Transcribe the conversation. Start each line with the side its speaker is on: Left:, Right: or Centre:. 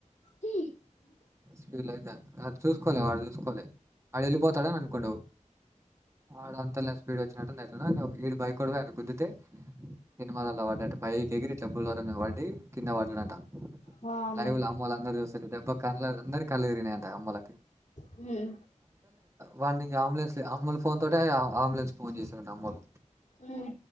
Left: హ్
Right: స్పీడ్ లాకజ అ చూసుకోలే వాడు చూసుకోలే అడు వెళ్ళిపోతాడు అని అనుకుండు ఆడ అంతా లా స్పీడ్ వచ్చినట్ ఈడు బైక్ కొడు పోయి వాణి గుద్దుతే సినిమాలలా పడ్డటు పైకి ఎగిరి ఇట్ల బొలోరా మీద పడి కింద పడంట
Left: వామ్మో
Right: లైవ్ ల అమ్మలు అందరూ చూస్తుంటే దెబ్బ కన్ల అందరి కలు తిరిగినాయంటా అమ్మలకి
Left: హ్మ్మ్
Right: వాడి ఇంకా అంబులెన్స్ అమ్మలు ఫోన్ తోటి అంబులెన్స్ ఫోన్ చేశారంట అమోల్లు
Left: ఉమ్